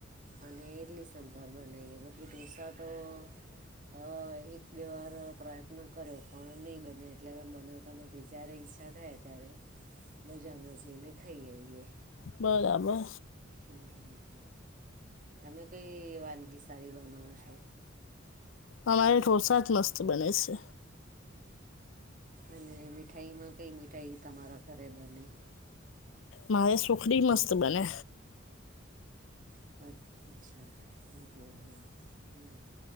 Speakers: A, on the right (about 40°); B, on the left (about 75°).
A: અને ઇડલી સંભાર બનાવીએ બધી ઢોસા તો હ એક બે વાર પ્રયત્ન કર્યો પણ નહી બને એટલે હમ બનાવતા નથી. કે જ્યારે ઈચ્છા થાય ત્યારે, મજા મચને ખાઈ જઈએ.
B: બરાબર.
A: હમ હમ. તમે કઈ વાનગી સારી બનાવો છો?
B: અમા એક વરસાત મસ્ત બન છે.
A: અને મીઠાઈમાં કઈ મીઠાઈ તમારા ઘરે બને?
B: મા એ સુખડી મસ્ત બને.
A: અચ્છા હા હા હા હ.